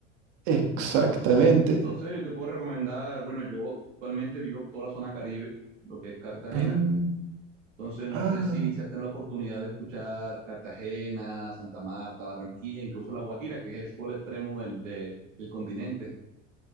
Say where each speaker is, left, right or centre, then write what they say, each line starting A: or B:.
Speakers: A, on the right; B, on the right.
A: Exactamente.
B: Entonces, entonces yo te puedo recomendar, bueno, yo actualmente vivo toda la zona Caribe, lo que es Cartagena.
A: Mm,
B: Entonces, no
A: Ah,
B: sé si se has tenido la oportunidad de escuchar Cartagena, Santa Marta, Barranquilla, incluso La Guajira, que es el, todo el extremo del, de- del continente.